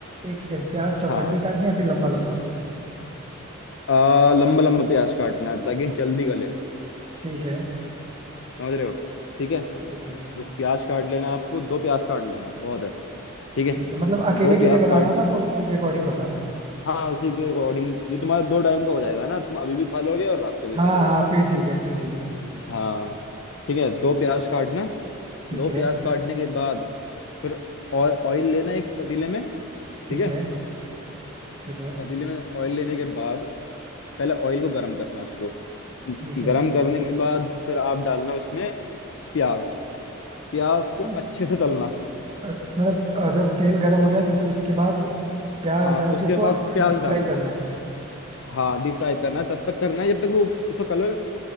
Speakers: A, on the right; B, on the left.
A: एक सेकंड प्याज चौकंडी
B: हाँ
A: काटनी है फिर लंबा लंबा
B: आ, लंबा लंबा प्याज काटना है ताकि जल्दी गले
A: ठीक है
B: समझ रहे हो ठीक है
A: ठीक है
B: उस प्याज काट लेना आपको दो प्याज काट लेना बहुत है ठीक है
A: ठीक है मतलब अकेले
B: दो प्याज
A: के लिए बना
B: काट
A: रहा हूँ ना तो उसी के अकॉर्डिंग बताना
B: हाँ उसी के अकॉर्डिंग ये तुम्हारा दो टाइम का हो जाएगा ना तुम अभी भी खा लोगे और रात को भी
A: हाँ
B: खा लोगे
A: हाँ फिर ठीक है फिर ठीक है
B: हाँ ठीक है दो प्याज काटना
A: ठीक
B: दो प्याज
A: है
B: काटने के बाद फिर ऑयल लेना है एक पतीले में ठीक
A: ठीक
B: है
A: है ठीक है
B: पतीले में ऑयल लेने के बाद पहले ऑयल को गर्म करना है उसको
A: ठीक है
B: गरम करने के बाद फिर आप डालना उसमें प्याज प्याज
A: अ,
B: को अच्छे से तलना
A: अ, मतलब अ, जब तेल गर्म हो जाए तो फिर उसके बाद प्याज
B: हाँ
A: डाल के
B: उसके
A: उसको
B: बाद प्याज
A: डीप
B: डालना
A: फ्राई करना
B: है
A: है
B: हाँ डीप फ्राई करना है तब तक करना है जब तक वो उसका कलर